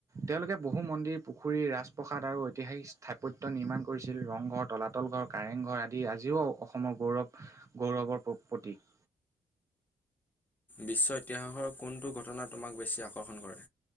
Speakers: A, on the right; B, on the left.
A: তেওঁলোকে বহু মন্দিৰ, পুখুৰী, ৰাজপ্ৰসাদ আৰু ঐতিহাসিক স্থাপত্য নিৰ্মাণ কৰিছিল। ৰংঘৰ- তলাতল ঘৰ, কাৰেং ঘৰ আদি আজিও অ-অসমৰ গৌৰৱ, গৌৰৱৰ প-প্ৰতীক।
B: বিশ্ব ইতিহাসৰ কোনটো ঘটনা তোমাক বেছি আকৰ্ষণ কৰে?